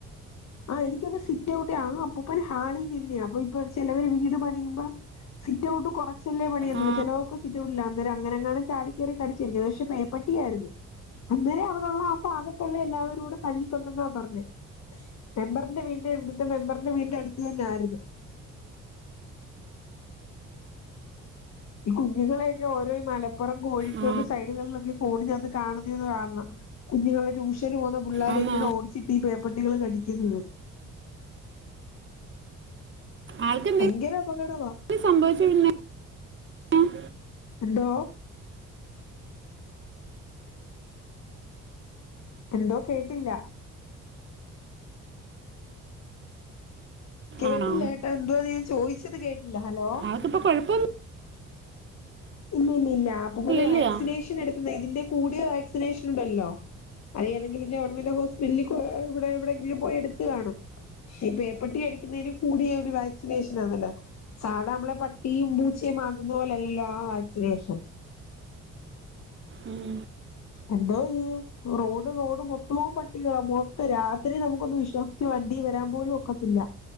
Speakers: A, on the left (about 60°); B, on the right (about 40°).
A: ആഹ് എനിക്കൊന്ന് സിറ്റൗട്ടി ആഹ് അപ്പൂപ്പന് ഹാളി നിന്നയാ അപ്പോ ഇപ്പ ചെലവര് വീട് പണിയുമ്പം. സിറ്റൗട്ട് കുറ ചെല്ലേ പണിയെന്നുള്ളൂ
B: ആ
A: ചെലേർക്ക് സിറ്റൗട്ടില്ല അന്നെരം അങ്ങനെങ്ങ ചാടി കയറി കടിച്ചായിരികും പക്ഷേ പേപ്പട്ടിയായിരുന്നു. അന്നേര അവിടുള്ള ആഹ് ഭാഗത്തുള്ള എല്ലാവരും കൂടെ തല്ലിക്കൊന്നെന്നാ പറ്ഞ്ഞെ. മെമ്പറ്ന്റെ വീടിന്റെ ഇവിടുത്തെ മെമ്പറ്ന്റെ വീടിൻ്റെ അടുത്ത് തന്നെ ആയിരുന്നു. ഈ കുഞ്ഞുങ്ങളെയൊക്കെ ഓരോ ഈ മലപ്പുറം കോഴിക്കോട്.
B: ആ,
A: സൈഡുകളിൽ ഒക്കെ ഈ ഫോണിനകത്ത് കാണുന്ന ഒന്നു കാണണം കുഞ്ഞുങ്ങളുടെ ട്യൂഷന് പോകുന്ന പിള്ളാരൊക്ക
B: ആന്നോ
A: ഓടി ചിട്ടി പേപ്പട്ടികള് കടിക്കുന്നത്.
B: ആൾക്കെന്തേലും
A: ഭയങ്കര അപകടവാ
B: സംഭവിച്ചു <unintelligible>
A: എന്തോ? എന്തോ കേട്ടില്ല. കേട്ടില്ല
B: ആണോ
A: ഏട്ടാ എന്തോ ഞാൻ ചോദിച്ചത് കേട്ടില്ല ഹലോ.
B: മ്മക്കിപ്പൊ കൊഴപ്പം ഒന്നും.
A: ഇല്ല ഇല്ല ഇല്ല അപ്പൊ പിന്നെ
B: ഇല്ലയോ?
A: വാക്സിനേഷൻ എടുക്ക്ന്ന ഇതിന്റെ കൂടിയ വാക്സിനേഷൻ ഉണ്ടല്ലോ. അത് ഏതെങ്കിലും ഗവൺമെന്റ് ഹോസ്പിറ്റലില്‍ ഇവിടെ എവിടെയ എങ്കിലും പോയി എടുത്ത് കാണും. ഈ പേപ്പെട്ടി കടിക്കുന്നതിന് കൂടിയ ഒരു വാക്സിനേഷൻ ആണല്ലോ. സാധാ നമ്മളെ പട്ടിയും പൂച്ചയും മാന്തുന്നത് പോലല്ലല്ലോ ആഹ് വാക്സിനേഷൻ.
B: ഉം
A: എന്തോയ്യും. Road road മൊത്തോം പട്ടികളാ. മൊത്തം രാത്രി നമുക്കൊന്ന് വിശ്വാസ ച്ചു വണ്ടി വരാൻ പോലും ഒക്കത്തില്ല.